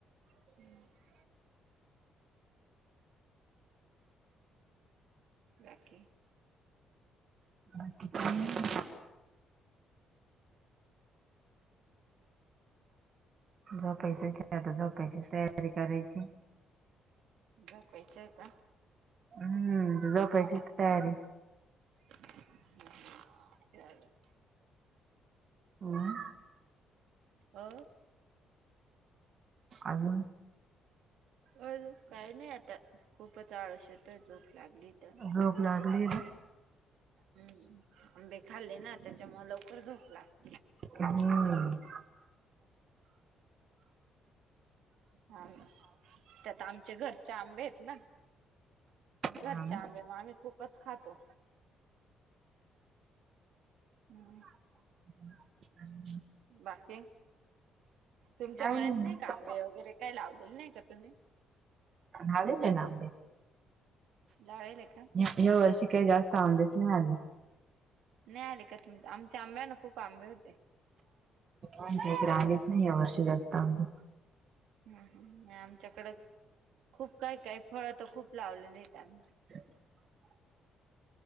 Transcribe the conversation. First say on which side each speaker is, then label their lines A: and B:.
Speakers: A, on the right (about 80°); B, on the right (about 45°).
A: ह् बाकी
B: बाकी काही नाही झोपायचचये आता झोपायची तयारी करायची
A: झोपायचंय का
B: हम्म झोपायचीच तयारी
A: ह् ले <unintelligible>
B: हम्म
A: अ
B: अजून
A: अजून काही नाही आता खूपच आळश येत झोप लागली तर
B: झोप लागली ना
A: हम्म आंबे खाल्ले ना त्याच्यामूळ लवकर झोप लागती
B: हम्
A: हा ना त्यात आमच्या घरचे आंबेत ना घरच्या
B: हा ना
A: आंबे मग आम्ही खूपच खातो हम्म
B: हम्
A: बाकी तुमच्या
B: काय
A: मळ्यात नाही
B: मग
A: आंबे वगैरे काही लावलेले नाही का तुम्ही
B: लावेलेना आंबे
A: लावेले का
B: ह्या वर्षी काही जास्त आंबेच नाही आले.
A: नाही आले का तुम आमच्या आंब्याना खूप आंबे होते.
B: आमच्या इकडे आलेच नाही यावर्षी जास्त आंबे.
A: हम्म हम्म. आमच्याकड खूप काही काही फळ तर खूप लावलेलेेत आम्ही.
B: <unintelligible>